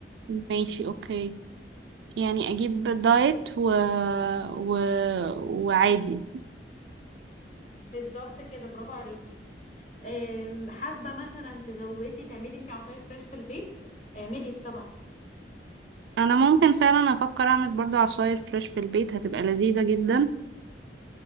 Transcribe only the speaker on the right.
ماشي اوكي يعني اجيب دايت و... و... وعادي
انا ممكن فعلا افكر اعمل برضو عصاير فريش في البيت هتبقى لذيذة جدا